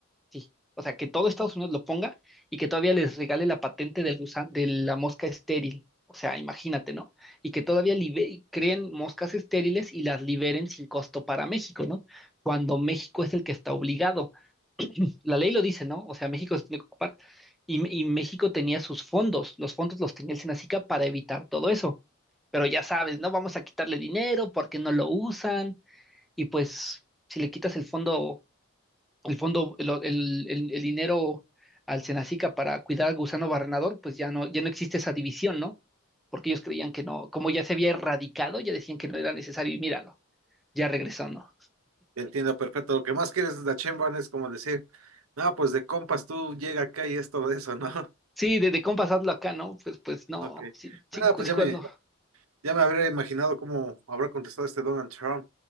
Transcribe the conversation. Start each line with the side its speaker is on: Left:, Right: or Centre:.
Centre: sí, o sea, que todo Estados Unidos lo ponga y que todavía les regale la patente del gusa- de la mosca estéril, o sea, imagínate, ¿no? Y que todavía libe- creen moscas estériles y las liberen sin costo para México, ¿no? Cuando México es el que está obligado la ley lo dice, ¿no? O sea, México se tiene que ocupar y, y México tenía sus fondos, los fondos los tenía el Senacica para evitar todo eso, pero ya sabes, ¿no? Vamos a quitarle dinero porque no lo usan y pues si le quitas el fondo, el fondo, el, el- el- el dinero al Senacica para cuidar al gusano barrenador, pues ya no, ya no existe esa división, ¿no? Porque ellos creían que no, como ya se había erradicado, ya decían que no era necesario y míralo, ya regresó, ¿no?
Right: Entiendo perfecto. Lo que más quieres de la Sheinbaum es como decir, no, pues de compas tú llega acá y es todo eso, ¿no? <laughs>
Centre: Sí, de, de compas hazlo acá, ¿no? Pues, pues no,
Right: Ok.
Centre: sí, sí,
Right: Nada,
Centre: cu-
Right: pues
Centre: sí,
Right: ya
Centre: cuando,
Right: me, Ya me habría imaginado cómo habrá contestado este Donald Trump.